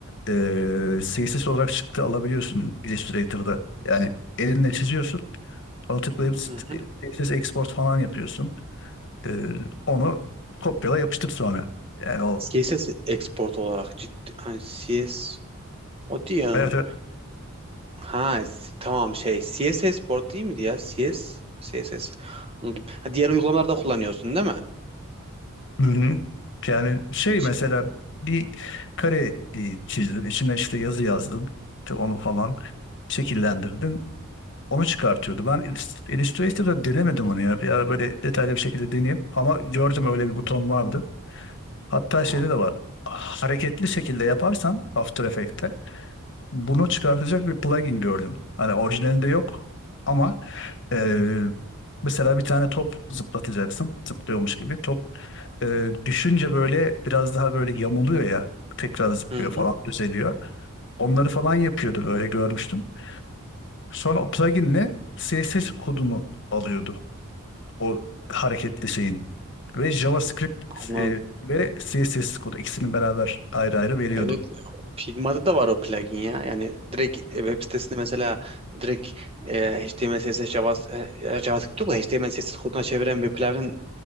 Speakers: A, on the left; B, on the right.
A: e, CSS olarak çıktı alabiliyorsun Illustrator'da. Yani elinle çiziyorsun. Onu tıklayıp CSS
B: Hı hı.
A: export falan yapıyorsun. Ee, onu kopyala yapıştır sonra. Yani o
B: CSS export olarak ciddi hani CS o diyor.
A: Evet, evet.
B: Ha s- tamam şey CSS Board değil miydi ya? CS CSS. Anladım. Ha, diğer uygulamalarda kullanıyorsun değil mi?
A: Hı hı. Yani şey
B: Şey,
A: mesela bir kare e, çizdin, içine işte yazı yazdın, işte onu falan şekillendirdin, onu çıkartıyordu. Ben Illust- Illustrator'da denemedim onu ya. Bir ara böyle detaylı bir şekilde deneyeyim. Ama gördüm öyle bir buton vardı. Hatta
B: Ha.
A: şeyde de var. Hareketli şekilde yaparsan After Effects'te bunu çıkartacak bir plugin gördüm. Hani orijinalinde yok ama ee, mesela bir tane top zıplatacaksın. Zıplıyormuş gibi. Top e, düşünce böyle biraz daha böyle yamuluyor ya. Tekrar zıplıyor
B: Hı hı.
A: falan düzeliyor. Onları falan yapıyordu böyle görmüştüm. Sonra o pluginle CSS kodunu alıyordu. O hareketli şeyin. Ve JavaScript
B: Anladım.
A: e, ve CSS kodu ikisini beraber ayrı ayrı veriyordu.
B: Evet, Figma'da da var o plugin ya. Yani direkt web sitesinde mesela direkt e, HTML, CSS, Java, e, JavaScript yok da HTML, CSS koduna çeviren bir plugin